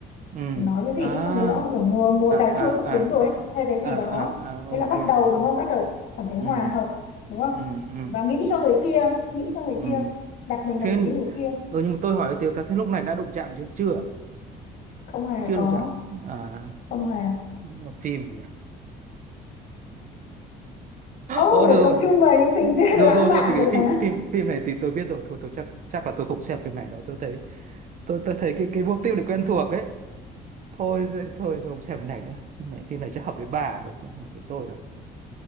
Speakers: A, on the right (about 50°); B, on the left (about 70°).
A: ừ
B: nói cái gì
A: à
B: tôi không nhớ rõ kiểu mùa mùa
A: à
B: cà chua
A: à
B: sắp đến
A: à
B: rồi hay cái gì
A: à
B: đó
A: à à
B: nghĩa là
A: ok
B: bắt đầu đúng
A: ừ
B: không bắt đầu cảm thấy hòa
A: ừ
B: hợp đúng không
A: ừ ừ
B: và nghĩ cho người kia nghĩ cho người
A: ừ.
B: kia đặt mình
A: thế
B: vào vị trí người kia
A: ừ, nhưng mà tôi hỏi là Tiều ta thế lúc này đã đụng chạm chưa chưa à?
B: không hề
A: chưa
B: có
A: đụng chạm à
B: không hề
A: là phim nhỉ
B: Ông
A: Ồ
B: phải
A: rồi
B: tập trung vào những tình tiết
A: rồi
B: <laughs> lãng
A: rồi rồi
B: mạn
A: rồi thì cái
B: được
A: phim
B: hả?
A: phim phim này thì tôi biết rồi thôi tôi chắc chắc là tôi không xem phim này đâu tôi thấy tôi tôi thấy cái cái mục tiêu này quen thuộc ấy thôi thôi, thôi không xem phim này nữa phim này phim này chắc hợp với bà rồi không hợp với tôi đâu